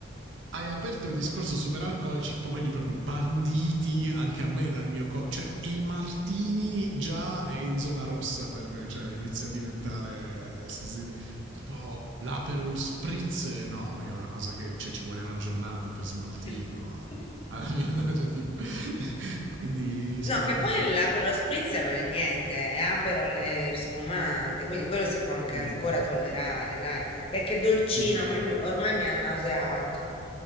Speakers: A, on the right; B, on the left.
A: hai aperto il discorso superalcolici, quelli proprio banditi anche a me dal mio corpo. Cioè, il Martini già è in zona rossa per me, cioè inizia a diventare. si- si- tipo l'Aperol Spritz, no, è una cosa che cioè, ci vuole una giornata per smaltirlo.
B: <laughs>
A: a- alla mia età, cioè, tipo. <laughs> Quindi, sì.
B: No, che poi l'Aperol Spritz non è niente, è Aperol e spumante, quindi quello si può anche
A: sì,
B: ancora tollerare, dai, perché dolcino,
A: sì.
B: a me mi- ormai mi ha nauseato.